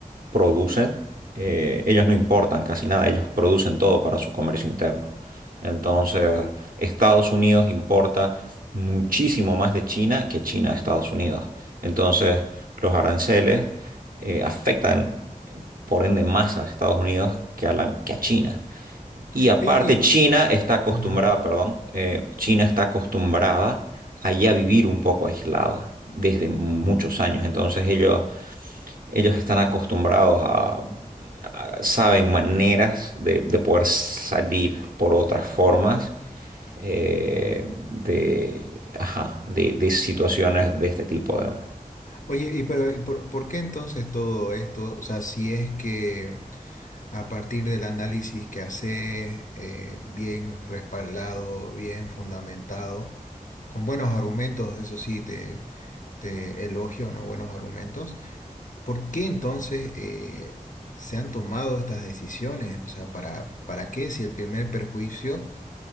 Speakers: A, on the right; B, on the left.
A: producen, eh, ellos no importan casi nada, ellos producen todo para su comercio interno. Entonces, Estados Unidos importa muchísimo más de China que China a Estados Unidos. Entonces, los aranceles eh, afectan, por ende, más a Estados Unidos que a la- que a China. Y aparte,
B: Y, y-
A: China está acostumbrada,
B: ajá.
A: perdón, eh, China está acostumbrada a ya vivir un poco aislada desde muchos años. Entonces ellos, ellos están acostumbrados a, a- saben maneras de, de poder salir por otras formas eh, de, ajá, de, de situaciones de este tipo. De,
B: Oye, y pero ¿y por, por qué entonces todo esto? O sea, si es que... A partir del análisis que haces, eh, bien respaldado, bien fundamentado, con buenos argumentos, eso sí, te, te elogio, ¿no? Buenos argumentos. ¿Por qué entonces eh, se han tomado estas decisiones? O sea, ¿para, para qué si el primer perjuicio,